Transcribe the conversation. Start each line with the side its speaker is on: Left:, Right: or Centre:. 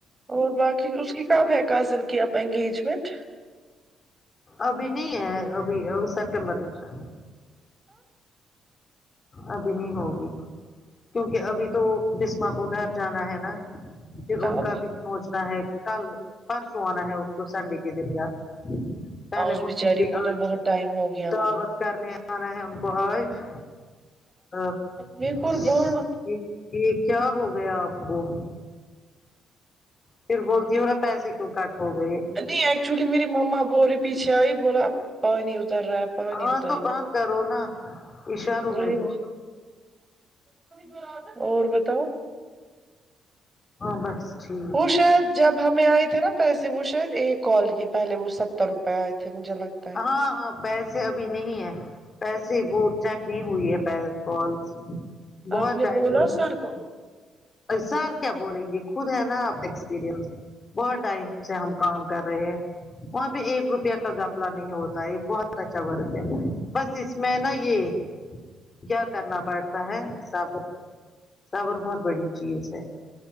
Right: اور باقی اس کی کب ہے کزن کی اب انگیجمنٹ
Left: ابھی نہیں ہے ابھی سپٹمبر میں شا ابھی نہیں ہوگی کیونکہ ابھی تو بسما کو گھر جانا ہے نا پھر
Right: کب
Left: ان کا بھی سوچنا ہے کل پرسوں آنا ہے اس کو سنڈے کے دن کا پہلے
Right: ہاں اس
Left: ان
Right: بیچاری
Left: کو آج
Right: تو بہت ٹائم ہو گیا
Left: دعوت
Right: وہاں
Left: کرنے آنا ہے ان کو آج ہ
Right: میں
Left: ج
Right: قربان
Left: یہ کیا ہو گیا آپ کو پھر بولتی ہوا پیسے کیوں کٹ ہو گئے
Right: نہیں ایکچولی میری مما بورے پیچھے آئی بولا پانی اتر رہا ہے پانی
Left: ہاں
Right: اتر
Left: تو
Right: رہا
Left: بند کرو نا اشاروں
Right: وہی
Left: میں بولو
Right: بات اور بتاؤ
Left: ہاں بس ٹھیک
Right: پوش جب ہمیں آئے تھے نا پیسے وہ شاید ایک کال کی پہلے وہ ستر روپے آئے تھے مجھے لگتا ہے
Left: ہاں ہاں پیسے ابھی نہیں ہے پیسے وہ چیک نہیں ہوئی ہے کال بہت
Right: آپ نے
Left: ٹم
Right: بولا
Left: مج
Right: سر کو
Left: سر کیا بولیں گے خود ہے نا آپ ایکسپیرئنس بہت ٹائم سے ہم کام کر رہے ہیں وہاں پہ ایک روپیہ کا گپ نہیں ہوتا یہ بہت اچھا ورک ہے بس اس میں نا یہ کیا کرنا پڑتا ہے صبر سب اور بہت بڑی چیز ہے